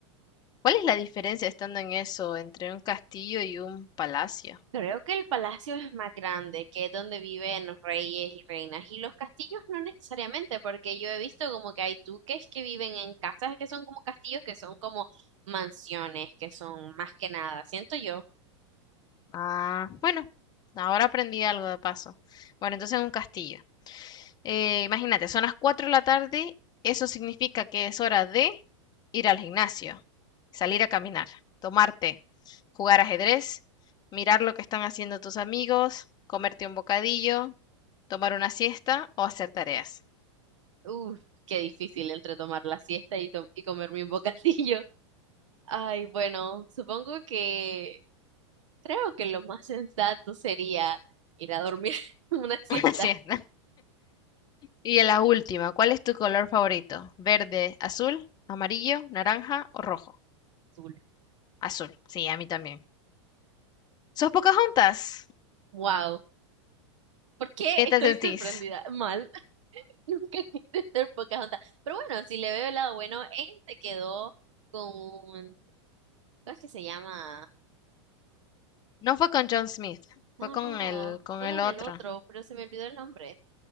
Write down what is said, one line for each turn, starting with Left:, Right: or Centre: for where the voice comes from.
Left: ¿Cuál es la diferencia estando en eso entre un castillo y un palacio?
Right: Creo que el palacio es más grande, que es donde viven los reyes y reinas. Y los castillos no necesariamente, porque yo he visto como que hay duques que viven en casas que son como castillos, que son como mansiones, que son más que nada. Siento yo,
Left: Ah, bueno, ahora aprendí algo de paso. Bueno, entonces un castillo. Eh, imagínate, son las 4 de la tarde, eso significa que es hora de ir al gimnasio, salir a caminar, tomarte, jugar ajedrez, mirar lo que están haciendo tus amigos, comerte un bocadillo, tomar una siesta o hacer tareas.
Right: uff, qué difícil entre tomar la siesta y, to- y comerme un bocadillo. <laughs> Ay, bueno, supongo que creo que lo más sensato sería ir a dormir <laughs> una siesta
Left: <laughs> Una siesta. Y en la última, ¿cuál es tu color favorito? ¿Verde, azul, amarillo, naranja o rojo?
Right: azul.
Left: Azul, sí, a mí también. ¿Sos juntas?
Right: Wow. ¿Por qué
Left: ¿Qué
Right: estoy
Left: te sentís?
Right: sorprendida? Mal, <laughs> nunca quise ser Pocahontas. Pero bueno, si le veo el lado bueno, ella se quedó con, un- ¿cómo es que se llama?
Left: No fue con John Smith,
Right: No,
Left: fue con
Right: no,
Left: el, con
Right: fue
Left: el
Right: con
Left: otro.
Right: el otro, pero se me olvidó el nombre.